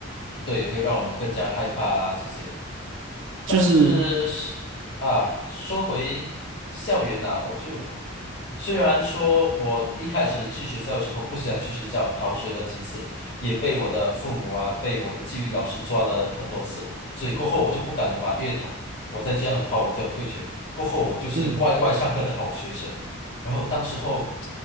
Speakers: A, on the left; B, on the right.
A: 对，会让我们更加害怕啊这些。
B: 就是
A: 但是啊，说回校园啊，我就虽然说我一开始去学校的时候不喜欢去学校，逃学了几次，也被我的父母啊，被我的纪律老师抓了很多次，所以过后我就不敢了嘛，因为他我再这样的话我就要退学。过后我就是乖乖上课的好学生。
B: 嗯，
A: 然后当时候，